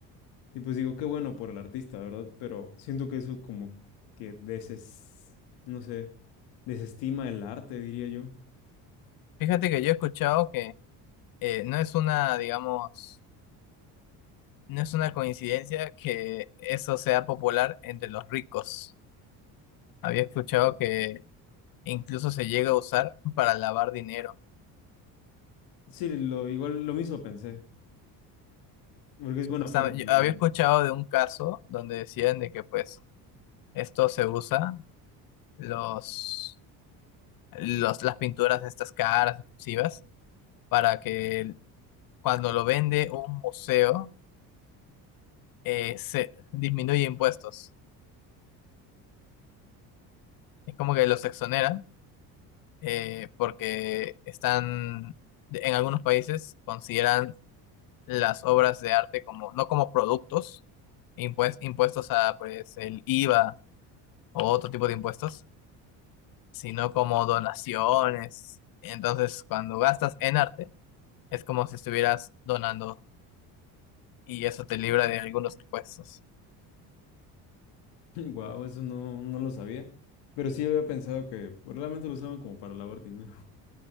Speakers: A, on the left (about 75°); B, on the left (about 55°).
A: Y pues digo, qué bueno por el artista, ¿verdad? Pero siento que eso como que deses, no sé, desestima el arte, diría yo.
B: Fíjate que yo he escuchado que eh, no es una, digamos, no es una coincidencia que eso sea popular entre los ricos. Había escuchado que incluso se llega a usar para lavar dinero.
A: Sí, lo, igual lo mismo pensé, porque
B: Supuestamente,
A: es buena forma de lavar.
B: yo había escuchado de un caso donde decían de que pues esto se usa, los, los, las pinturas de estas caras exclusivas, para que cuando lo vende un museo eh, se disminuye impuestos. Es como que los exoneran eh, porque están, de- en algunos países consideran las obras de arte como, no como productos, impues- impuestos a pues el IVA o otro tipo de impuestos, sino como donaciones. Entonces, cuando gastas en arte, es como si estuvieras donando y eso te libra de algunos impuestos.
A: Wow, <laughs> eso no, no lo sabía, pero sí había pensado que realmente lo usaban como para lavar dinero.